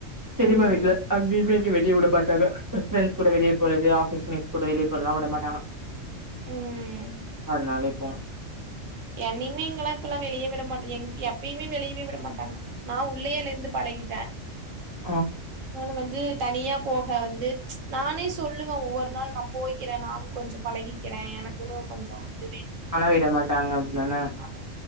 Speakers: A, on the right; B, on the right.
A: பெரிம்மா
B: ம்
A: வீட்ல அங்கேயுமே எங்கயும் வெளிய வுட டாக ப்ரெண்ஸ் கூட வெளிய போறது ஆபிஸ் மேட்ஸ் கூட வெளிய போறல்லா விடமாட்டாங்க
B: ம்
A: அதனால இப்போ
B: என்னயுமே இங்கலா இப்பல்லா வெளியே மாட்டங்க எ எப்பயுமே வெளியவே விடமாட்டாங்க நா உள்ளேல இருந்து பழகிட்டே
A: ம்
B: அதனால வந்து தனியா போக வந்து நானே சொல்லுவே ஒவ்வொரு நாள் நம் போய்கிறே நானும் கொஞ்சோ பழகிக்கிறே எனக்குன்னு கொஞ்சோ இது வேனு
A: ஆனா விட மாட்டாங்க அமப் டானா
B: அ